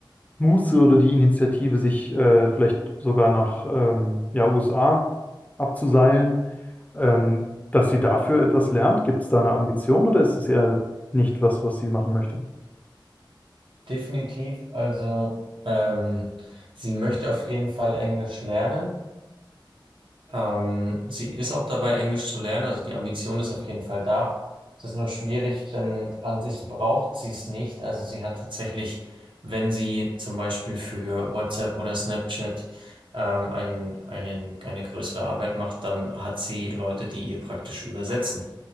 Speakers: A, on the left; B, on the right.
A: Muße oder die Initiative, sich äh, vielleicht sogar nach ähm, ja, USA abzuseilen, ähm, dass sie dafür etwas lernt? Gibt es da eine Ambition oder ist es eher nicht was, was sie machen möchte?
B: Definitiv, also ähm, sie möchte auf jeden Fall Englisch lernen. Ähm, sie ist auch dabei, Englisch zu lernen, also die Ambition ist auf jeden Fall da. Es ist nur schwierig, denn an sich braucht sie es nicht. Also sie hat tatsächlich, wenn sie zum Beispiel für WhatsApp oder Snapchat ähm, einen, einen, eine größere Arbeit macht, dann hat sie Leute, die ihr praktisch übersetzen.